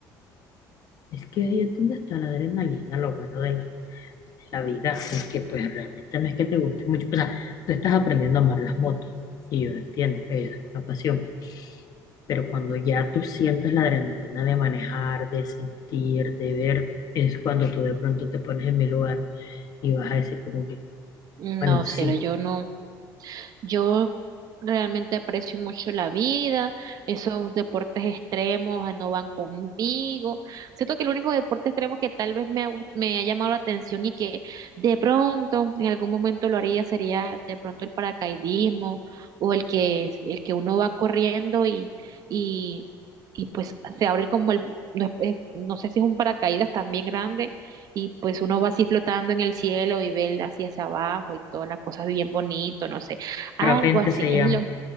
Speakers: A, on the left; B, on the right.
A: es que ahí es donde está la adrenalina, lo bueno de la la vida, porque pues realmente no es que te guste mucho. O sea, tú estás aprendiendo a amar las motos y yo lo entiendo, es una pasión. Pero cuando ya tú sientes la adrenalina de manejar, de sentir, de ver, es cuando tú de pronto te pones en mi lugar y vas a decir como que,
B: No,
A: bueno, sí,
B: cielo, yo no Yo realmente aprecio mucho la vida, esos deportes extremos eh, no van conmigo. Siento que el único deporte extremo que tal vez me ha, gus- me ha llamado la atención y que de pronto en algún momento lo haría sería de pronto el paracaidismo o el que, el que uno va corriendo y, y, y pues se abre como el, no, es- eh, no sé si es un paracaídas también grande y pues uno va así flotando en el cielo y ve el- hacia abajo y todas las cosas bien bonito, no sé.
A: parapente
B: Algo así,
A: se llama.
B: es lo,